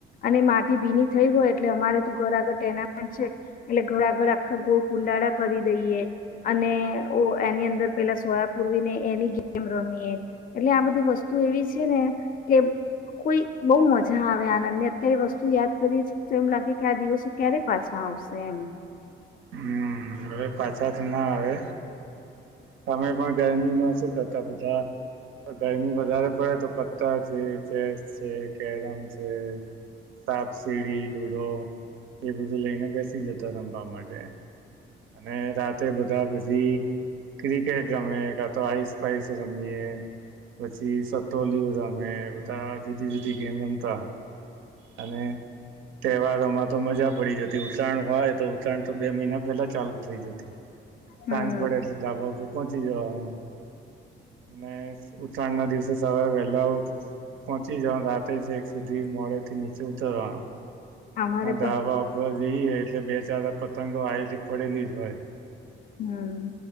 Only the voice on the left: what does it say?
અને માટી બીની થઈ હોય એટલે અમારે તો ઘર આગળ તેનામાંન છે, એટલે ઘર આગળ આખા ગો કુંડાળ કરી દઈએ. અને એની અંદર પેલા સોયા પૂરવીને એની ગેમ રમીએ, એટલે આ બધી વસ્તુ એવી છે ને, કે કોઈ બહુ મજા આવે આનંદ ને અત્યારે વસ્તુ યાદ કરીએએ તો એમ લાગે કે આ દિવસો ક્યારે પાછા આવશે એમ.
હમ
અમારે
પણ
હમ